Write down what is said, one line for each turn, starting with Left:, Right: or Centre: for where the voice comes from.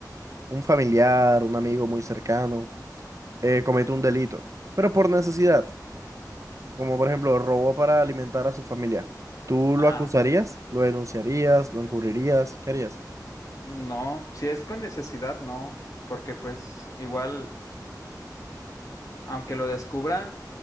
Right: un familiar, un amigo muy cercano, eh, comete un delito, pero por necesidad. como por ejemplo robó para alimentar a su familia, ¿tú
Left: Ah,
Right: lo acusarías?
Left: ok.
Right: ¿Lo denunciarías? ¿Lo encubrirías? ¿Qué harías?
Left: No, si es con necesidad, no, porque pues igual. aunque lo descubran,